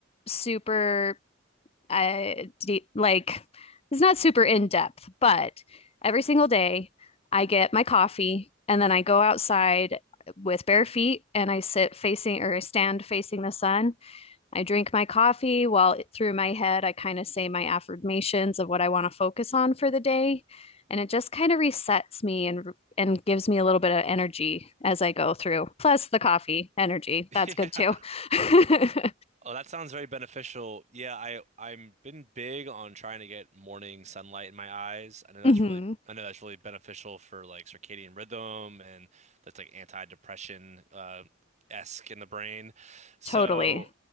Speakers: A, on the left (about 30°); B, on the right (about 35°).
A: super uh deep, like it's not super in depth, but every single day I get my coffee and then I go outside with bare feet and I sit facing or I stand facing the sun I drink my coffee while it- through my head, I kind of say my affirmations of what I want to focus on for the day. And it just kind of resets me and and gives me a little bit of energy as I go through. Plus the coffee energy.
B: <laughs>
A: That's
B: Yeah.
A: good too. <laughs>
B: Oh, that sounds very beneficial. Yeah, I I'm been big on trying to get morning sunlight in my eyes. I know that's
A: hmm
B: really I know that's really beneficial for like circadian rhythm and that's like anti-depression uh esque in the brain. So,
A: Totally.